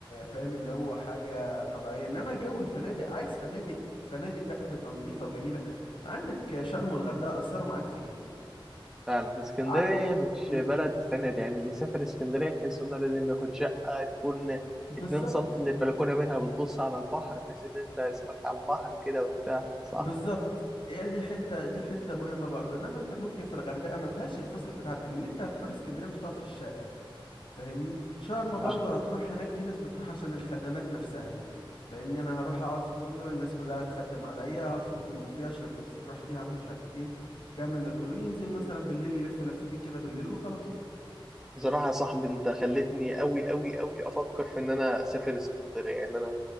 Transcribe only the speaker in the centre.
فعلا اسكندرية
مش
بلد فند يعني اللي يسافر اسكندرية تحس إنه لازم ياخد شقة تكون
اتنين سنتي من البلكونة منها بتبص على البحر بحيث إن أنت اسمك على البحر كده وبتاع صح
آه.
بصراحة يا صاحبي أنت خلتني أوي أوي أوي أفكر في إن أنا أسافر اسكندرية يعني أنا